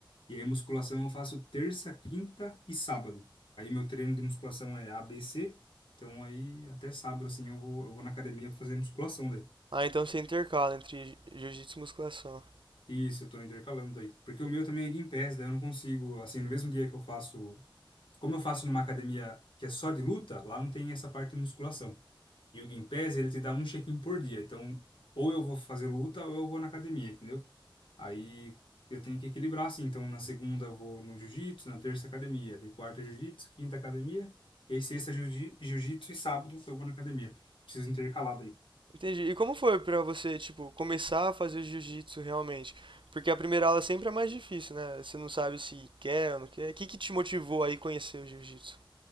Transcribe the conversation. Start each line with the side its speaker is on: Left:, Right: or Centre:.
Left: e aí musculação eu faço terça, quinta e sábado. Aí meu treino de musculação é a b c então aí até sábado, assim, eu vou, eu vou na academia pra fazer musculação, daí.
Right: Ah, então você intercala entre jiu-jitsu e musculação.
Left: Isso, eu tô intercalando daí. Porque o meu também é Game Pass, daí eu não consigo, assim, no mesmo dia que eu faço. Como eu faço numa academia que é só de luta, lá não tem essa parte de musculação. E o Game Pass, ele te dá um check-in por dia. Então, ou eu vou fazer luta ou eu vou na academia, entendeu? Aí eu tenho que equilibrar assim. Então, na segunda eu vou no jiu-jitsu, na terça academia, daí quarta jiu-jitsu, quinta academia, e aí sexta jiu-ji- jiu-jitsu e sábado eu vou na academia. Preciso intercalar daí.
Right: Entendi. E como foi pra você, tipo, começar a fazer jiu-jitsu realmente? Porque a primeira aula sempre é mais difícil, né? Você não sabe se quer ou não quer. O que que te motivou aí conhecer o jiu-jitsu?